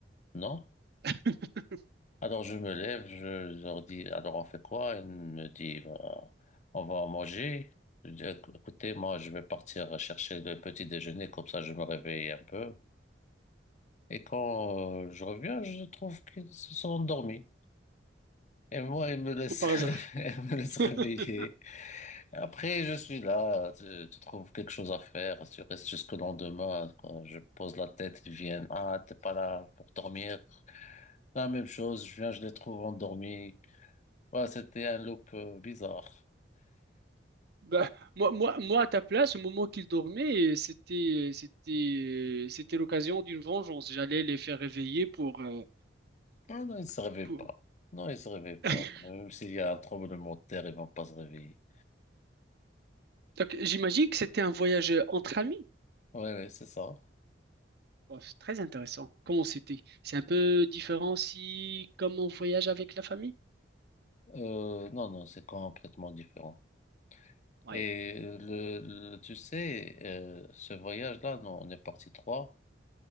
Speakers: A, on the left; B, on the right.
A: Non?
B: <laughs>
A: Alors je me lève, je leur dis, Alors on fait quoi? Ils me disent, Bah, on va manger. Je dis, Écoutez, moi je vais partir chercher le petit déjeuner, comme ça je me réveille un peu. Et quand euh, je reviens, je trouve qu'ils se sont endormis. Et moi, ils me laissent,
B: par hasard.
A: <laughs> ils me laissent
B: <laughs>
A: réveiller. Après, je suis là, tu, tu trouves quelque chose à faire, tu restes jusqu'au lendemain. Quand je pose la tête, ils viennent. Ah, t'es pas là pour dormir. La même chose, je viens, je les trouve endormis. Voilà, c'était un loop euh, bizarre.
B: Bah, moi, moi, moi, à ta place, au moment qu'ils dormaient, c'était, c'était, c'était l'occasion d'une vengeance. J'allais les faire réveiller pour, euh,
A: Ah non, ils se réveillent
B: pour...
A: pas. Non, ils se réveillent pas.
B: <laughs>
A: Même s'il y a un tremblement de terre, ils vont pas se réveiller.
B: Donc, j'imagine que c'était un voyage euh, entre amis.
A: Oui, oui, c'est ça.
B: Bon, c'est très intéressant. Comment c'était? C'est un peu différent si, comme on voyage avec la famille?
A: Euh, non, non, c'est complètement différent.
B: Oui.
A: Et le, le- tu sais, euh, ce voyage-là, nous, on est parti trois,